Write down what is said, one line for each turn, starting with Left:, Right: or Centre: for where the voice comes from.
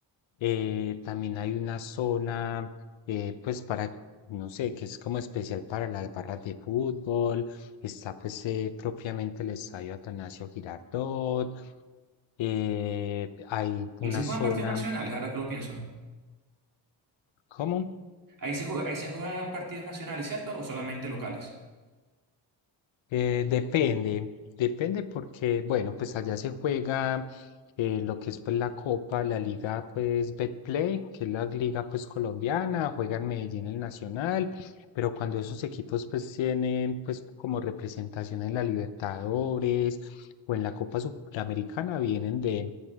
Left: eh, también hay una zona, eh, pues para, no sé, que es como especial para las barras de fútbol. Está pues eh, propiamente el estadio Atanasio Girardot. eh, hay una
Right: Ahí se juegan
Left: zona
Right: partidos nacionales, ahora que lo pienso.
Left: ¿Cómo?
Right: Ahí se jue- ahí se juegan partidos nacionales, ¿cierto? ¿O solamente locales?
Left: Eh, depende, depende porque, bueno, pues allá se juega eh, lo que es pues la Copa, la Liga pues Betplay, que es la liga pues colombiana, juega en Medellín el Nacional, pero cuando esos equipos pues tienen pues como representación en la Libertadores o en la Copa Sudamericana vienen de,